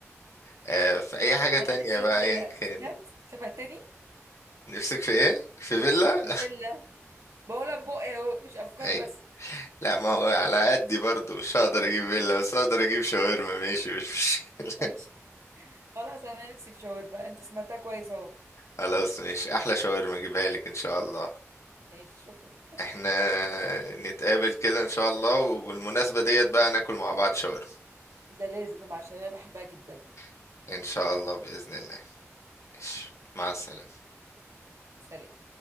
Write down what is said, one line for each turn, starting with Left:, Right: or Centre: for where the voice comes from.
Left: آه، في اي حاجة تانية
Right: انا نفسي
Left: بقى
Right: في فيلا
Left: ايا كان
Right: سمعت سمعتني
Left: نفسك في ايه في فيلا
Right: في فيلا بقولها ببقي اهو مش افكار
Left: <laughs> ايوه
Right: بس
Left: لا ما هو على قدي برضو مش هقدر اجيب فيلا بس هقدر اجيب شاورما <laughs> ماشي مش مش-
Right: ماشي خلاص انا نفسي في شاورما انت سمعتها كويس اهو
Left: خلاص ماشي احلى شاورما اجيبها لك ان شاء الله
Right: ماشي شكرا
Left: احنا نتقابل كده ان شاء الله وبالمناسبة ديت بقى ناكل مع بعض شاورما
Right: ده لازم عشان انا بحبها جدا
Left: <laughs> ان شاء الله بإذن الله ماشي مع السلامة
Right: سلام